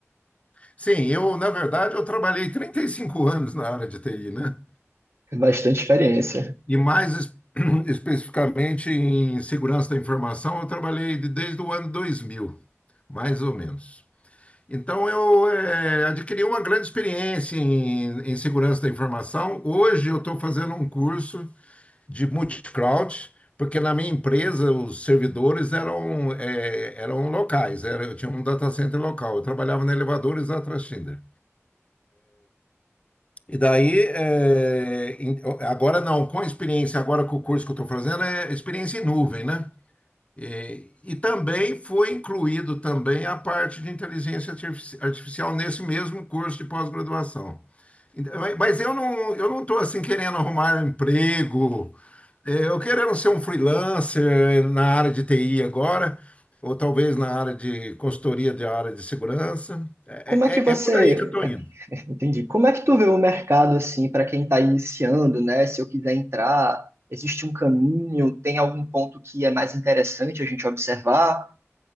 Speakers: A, on the left; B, on the right.
A: Sim, eu, na verdade, eu trabalhei 35 anos na área de TI, né?
B: bastante experiência.
A: E mais es- <clears throat> especificamente em segurança da informação, eu trabalhei de- desde o ano 2000, mais ou menos. Então, eu eh, adquiri uma grande experiência em, em segurança da informação. Hoje, eu estou fazendo um curso de multi-cloud, porque na minha empresa os servidores eram, eh, eram locais, era, eu tinha um data center local, eu trabalhava na Elevadores da Atrashinder. E daí, eh, em- agora não, com a experiência, agora com o curso que eu estou fazendo, é experiência em nuvem, né? E, e também foi incluído também a parte de inteligência artifici- artificial nesse mesmo curso de pós-graduação. Então, Mas mas eu não, eu não estou assim querendo arrumar um emprego, é, Eu querendo ser um freelancer na área de TI agora, ou talvez na área de consultoria de área de segurança. É,
B: Como é que você,
A: é- é é por aí que eu estou
B: <laughs>
A: indo.
B: entendi? Como é que tu vê o mercado assim para quem está iniciando, né? Se eu quiser entrar, existe um caminho? Tem algum ponto que é mais interessante a gente observar?